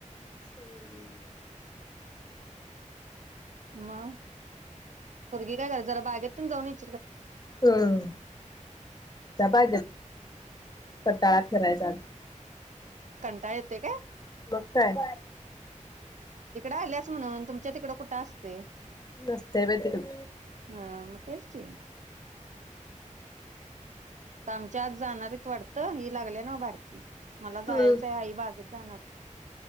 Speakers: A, on the left (about 30°); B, on the right (about 65°).
A: हम्
B: म भुगी काय कर जरा बागेत प जा
A: हम् जबा पडताळात ठेरायचा
B: कंटा येते काय
A: बघताय
B: इकडं आल्यास तुमच्या तिक असते
A: नसते बाई तिकड
B: हा मग तेच की आमच्या आज जाणारीत वाडतं ही लागली ना बारकी मला
A: हम्म
B: जायचं आहे आई बागेत आ